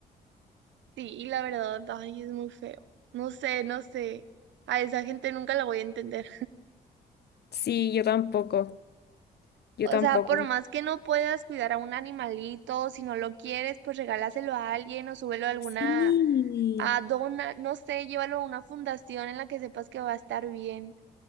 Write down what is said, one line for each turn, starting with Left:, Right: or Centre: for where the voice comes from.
Right: Sí, y la verdad, ay, es muy feo. No sé, no sé. A esa gente nunca la voy a entender.
Left: Sí, yo tampoco, yo
Right: O
Left: tampoco.
Right: sea, por más que no puedas cuidar a un animalito, si no lo quieres, pues regálaselo a alguien o súbelo a alguna,
Left: Sí,
Right: a dona, no sé, llévalo a una fundación en la que sepas que va a estar bien.